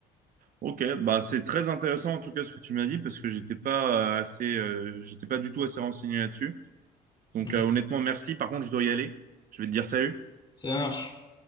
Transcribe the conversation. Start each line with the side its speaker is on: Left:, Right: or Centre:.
Right: Ok, bah c'est très intéressant en tout cas ce que tu m'as dit parce que j'étais pas euh, assez, euh, j'étais pas du tout assez renseigné là-dessus. Donc
Left: Mhm.
Right: euh, honnêtement, merci. Par contre, je dois y aller. Je vais te dire salut.
Left: Ça marche.